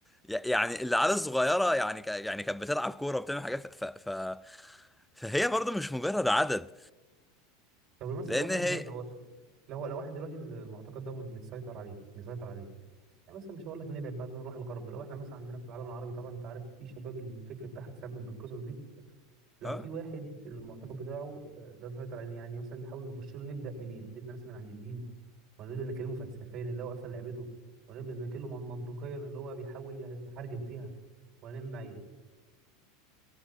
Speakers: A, in the centre; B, on the right.
A: يعني العيال الصغيرة يعني ك- يعني كانت بتلعب كورة وبتعمل حاجات ف... ف... ف... فهي برضه مش مجرد عدد
B: طب مثلا
A: لأن
B: لو واحد
A: هي
B: مسيطر لو لو لو واحد دلوقتي المعتقد ده متسيطر عليه مسيطر عليه يعني مثلا مش هقول لك نبعد بقى نروح الغرب لو احنا مثلا عندنا في العالم العربي طبعا انت عارف في شباب الفكر بتاعها اتسمم بالقصص دي لو
A: اه
B: في واحد المعتقد بتاعه آه، لا يسيطر عليه يعني مثلا نحاول نخش له نبدا منين نبدا مثلا من عند الدين ولا نبدا نكلمه فلسفيا اللي هو اصلا لعبته ولا نبدا نكلمه من- منطقيا اللي هو بيحاول يحرجم فيها ولا نعمل معاه ايه